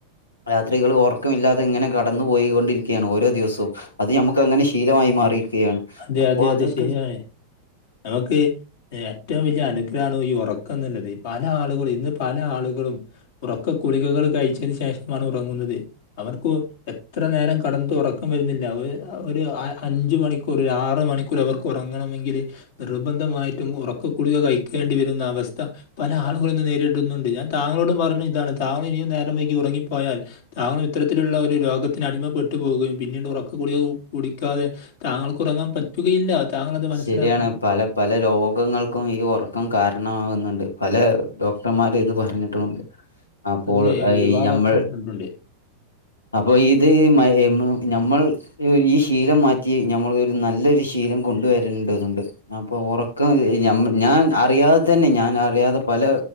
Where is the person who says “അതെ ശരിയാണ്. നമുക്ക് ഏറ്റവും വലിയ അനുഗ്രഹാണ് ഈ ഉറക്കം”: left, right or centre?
Left